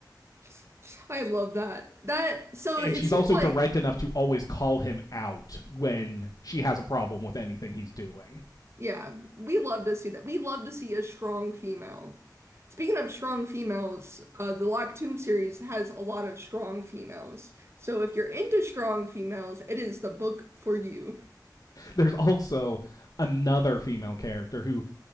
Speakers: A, on the right; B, on the left.
A: <laughs> I love that. That so
B: And
A: it
B: she's
A: seems
B: also
A: like
B: direct enough to always call him out when she has a problem with anything he's doing.
A: Yeah, we love to see that. We love to see a strong female. Speaking of strong females, uh, the Locked Tomb series has a lot of strong females. So if you're into strong females, it is the book for you.
B: There's also another female character who